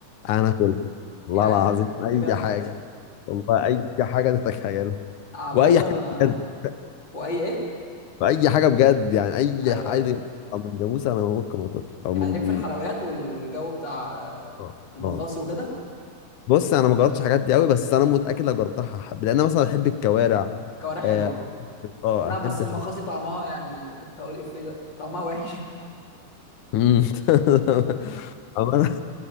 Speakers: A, on the left (about 70°); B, on the left (about 30°).
A: انا اكلها والله
B: يعني
A: العظيم
B: انت بجد
A: اي حاجة والله اي حاجة تتخيلها
B: عامة
A: واي
B: انا
A: حاجة بجد
B: واي ايه
A: اي حاجة بجد يعني اي
B: ايوه
A: حاجة
B: ايوه
A: من جاموسة انا ممكن اكل او
B: يعني
A: من
B: ليك في الحلويات
A: من
B: وال- والجو بتاع آه،
A: اه
B: المخاصي
A: آه.
B: وكده
A: بص انا ما جربتش الحاجات دي قوي بس انا متأكد لو جربتها هحب لان انا مثلا بحب الكوارع
B: كوارع حلوه
A: اه
B: اه
A: اه
B: لا
A: احب
B: بس المخاصي
A: الحاجات
B: طعمها يعني كنت هقول ايه في ده طعمها وحش <laughs>
A: مم. <laughs> عامة